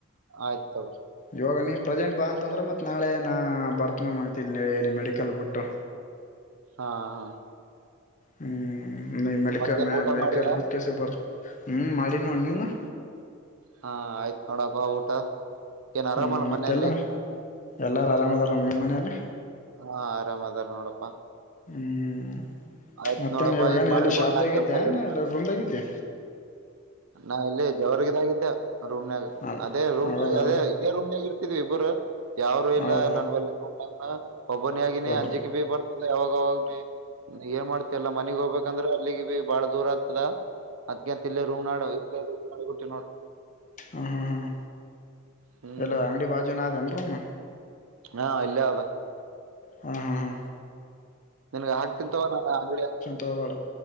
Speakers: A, on the right; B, on the left.
A: ಆಯ್ತ ತಗ
B: ಇವಾಗ ನೀ ಪ್ರೆಸೆಂಟ್ ಬಾ ಅಂತಂದ್ರೆ ಮತ್ತೆ ನಾಳೆ ನಾ ಬರ್ತನ ಮಾ್ತಿ ಇಲ್ಲಿ ಇಲ್ಲಿ ಮೆಡಿಕಲ್ ಬಿಟ್ಟು
A: ಹಾ ಹಾ
B: ಹ್ಮ್ ಮೆಕ
A: ಮತ್ತೇನ್ ಊಟ
B: ಮೆಲ್ಕಾಲ
A: ಮಾಡಿ
B: ಬೂತ್ ಕೆಸ ಬರ ಹ್ಮ ಮಾಡಿನ ಒಣ್ಣನು
A: ಹಾ ಆಯ್ತ್ ನೋಡಪ್ಪ ಊಟ ಏನ್ ಆರಾಮಲ್ಲ
B: ಹ್ಮ್ ಮತ್ತೆಲ್ಲ
A: ಮನೆಯಲ್ಲಿ
B: ಎಲ್ಲಾರು ಆರಾಮದಾರ ನಿಮ್ಮ್ ಮನೇಲಿ
A: ಹಾ ಆರಾಮ್ ಅದಾರ ನೋಡಪ್ಪಾ
B: ಹ್ಮ್
A: ಆಯ್ತ್
B: ಮತ್ತೆ
A: ನೋಡಪ್ಪಾ
B: ನೀವು
A: ಹಿಂಗ್
B: ಏನ
A: ಮಾಡ್ಬಿಟ್
B: ಇಲ್ಲಿ ಶಾಪ್್ದಾಗಿದ್ದ್ಯಾಏಲ್ಲ
A: ನಾ ಕೆಲ್ಸ ಹೇಳ್
B: ರೂಮ್ದಾಗಿದ್ದಿ
A: ನಾ ಇಲ್ಲಿ ಜವರ್ಗ ಇದಾಗಿದ್ದೆ ರೂಮ್ನಾಗ
B: ಅ
A: ಅದೇ ರೂಮ್ನ
B: ಹೌದಾ
A: ಅದೇ ಇದೇ ರೂಮ್ನಾಗ ಇರ್ತಿದ್ವಿ ಇಬ್ಬರು ಯ್ರು ಇಲ್ಲ
B: ಹೌದಾ
A: ನನ್ ಬಲ್ಲಿ ಹ ಹ ಒಬ್ಬನಿ ಆಗಿನಿ
B: ಒಬ್
A: ಅಂಜಿಕೆ ಬಿ ಬತ ಯಾಗ ಅವಾಗೇ ಏನ್ ಮಾಡ್ತ ಅಲ್ಲ ಮನೆಗ್ ಹೋಗಬೇಕು ಯಾಕಂದ್ರೆ ಅಲ್ಲಿಗೆ ಭ ಬಿ ಬಾಳ ದೂರ ಆತದ ಅದ ಇಲ್ಲ ರೂಮ ನೋಡ ಎಲ್ಲರು ಕೊಟ್ಟ ನೋ
B: ಹ್ಮ್ ಹ್ಮ್ ಹ್ಮ್
A: ಹ್ಮ್
B: ಎಲ್ಲ ಅಂಗಡಿ ಬಾಜು ನದೇಏನ್ರೂಮ್ಮ
A: ಹಾ ಇಲ್ಲದ
B: ಹಾ ಹಾ ಹಾ
A: ನನ್ಗ ಹಾಕ್ತಿಂತವ ನ ಅಂಗ
B: ತಗೋಬೇಡ